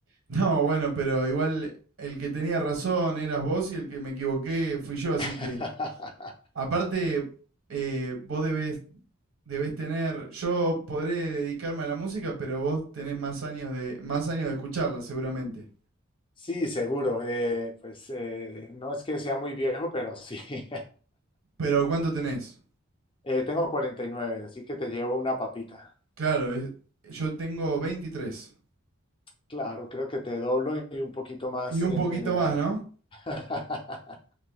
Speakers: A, on the right; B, on the left.
A: No, bueno, pero igual el que tenía razón eras vos y el que me equivoqué fui yo, así
B: <laughs>
A: que aparte eh, vos debes debés tener, yo podré dedicarme a la música, pero vos tenés más años de, más años de escucharla, seguramente.
B: Sí, seguro. eh, pues eh, no es que sea muy viejo, pero sí. <laughs>
A: Pero ¿cuánto tenés?
B: Eh, tengo 49, así que te llevo una papita.
A: Claro, es- yo tengo veintitrés
B: Claro, creo que te doblo y un poquito más
A: Y un
B: en
A: poquito
B: en edad.
A: más, ¿no?
B: <laughs>